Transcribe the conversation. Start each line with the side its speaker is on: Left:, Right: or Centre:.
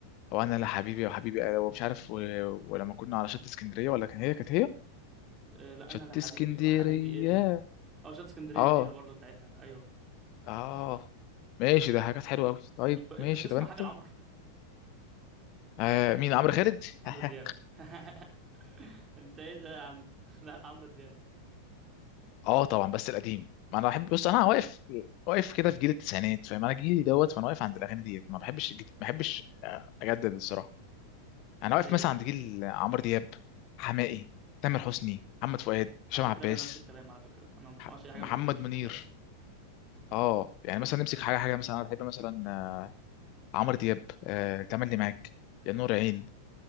Left: او انا لا حبيبي يا حبيبي أنا ومش عارف و... ولما كنا على شط اسكندريه ولا كان هي كانت هي
Right: آه، لا
Left: شط
Right: أنا لحبيبي
Left: اسكندريه
Right: وحبيبي إيه لي أو شات اسكندرية
Left: اه
Right: ليها برضه بتاعتها أيوه
Left: اه ماشي ده حاجات حلوه قوي طيب
Right: طب أنت
Left: ماشي
Right: بتسمع
Left: طب انت
Right: حاجة لعمرو
Left: آه مين عمرو خالد
Right: عمرو
Left: <laughs>
Right: دياب <laughs> أنت إيه ده يا عم <laughs> لا عمرو دياب
Left: اه طبعا بس القديم ما انا بحب بص انا واقف واقف كده في جيل التسعينات فاهم انا جيلي دوت فانا واقف عند الاغاني ديت ما بحبش الجديد ما بحبش آه، اجدد الصراحه انا
Right: زي
Left: واقف مثلا
Right: إيه طيب
Left: عند جيل عمرو دياب حماقي تامر حسني محمد فؤاد
Right: على
Left: هشام
Right: فكرة
Left: عباس
Right: أنا نفس الكلام على فكرة أنا ما بسمعش
Left: ح-
Right: أي حاجة
Left: محمد
Right: من الحاجات الجديدة
Left: منير
Right: دي أصلا
Left: اه يعني مثلا نمسك حاجه حاجه مثلا انا بحب مثلا آه، عمرو دياب آه تملي معاك يا نور عين